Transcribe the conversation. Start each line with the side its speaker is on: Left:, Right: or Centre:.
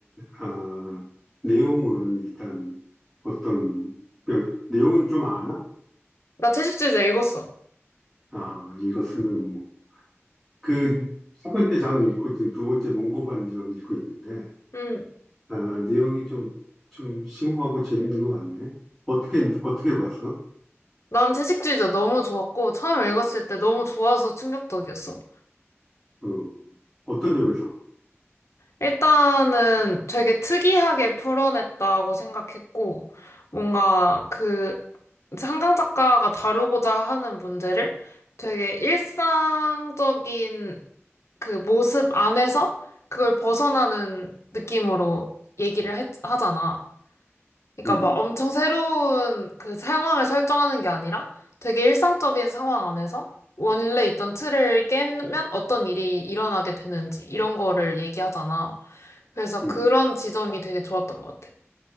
Centre: 아, 내용은 일단 어떤 여- 내용은 좀 아나?
Left: 나 채식주의자 읽었어.
Centre: 아, 읽었으면 뭐. 그 첫 번째 장 읽고 지금 두 번째 문고반점 읽고 있는데
Left: 음,
Centre: 아, 내용이 좀 좀 심오하고 재밌는 것 같네. 어떻게 어떻게 봤어?
Left: 난 채식주의자 너무 좋았고, 처음 읽었을 때 너무 좋아서 충격적이었어.
Centre: 어, 어떤 점에서?
Left: 일단은 되게 특이하게 풀어냈다고 생각했고, 뭔가 그, 한강 작가가 다루고자 하는 문제를 되게 일상적인 그 모습 안에서 그걸 벗어나는 느낌으로 얘기를 했, 하잖아. 그러니까
Centre: 음,
Left: 막 엄청 새로운 그 상황을 설정하는 게 아니라 되게 일상적인 상황 안에서 원래 있던 틀을 깨면 어떤 일이 일어나게 되는지 이런 거를 얘기하잖아. 그래서
Centre: 음,
Left: 그런 지점이 되게 좋았던 것 같아.